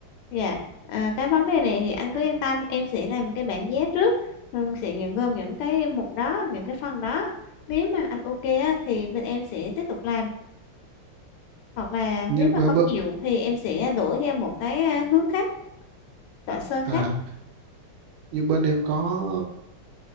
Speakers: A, on the left (about 80°); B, on the right (about 75°).
A: dạ à, cái vấn đề này thì anh cứ yên tâm em sẽ làm cái bảng giá trước rồi sẽ nhận gồm những cái mục đó những cái phần đó nếu mà anh ok á, thì bên em sẽ tiếp tục làm hoặc là
B: như
A: nếu
B: bơ-
A: mà không
B: bơ-
A: chịu thì em sẽ đổi ra một cái à, hướng khác loại sơn
B: à
A: khác
B: như bên em có